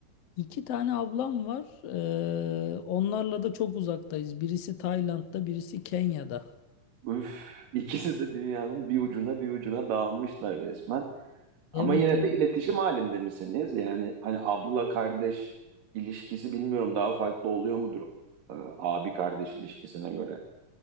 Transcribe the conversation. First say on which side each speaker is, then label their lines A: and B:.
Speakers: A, on the left; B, on the right.
A: İki tane ablam var. Ee, onlarla da çok uzaktayız. Birisi Tayland'da, birisi Kenya'da.
B: Üf, ikisi de dünyanın bir ucuna bir ucuna dağılmışlar resmen. Ama
A: Evet,
B: yine
A: evet.
B: de iletişim halinde misiniz? Yani hani abla kardeş ilişkisi bilmiyorum daha farklı oluyor mudur e, abi kardeş ilişkisine göre?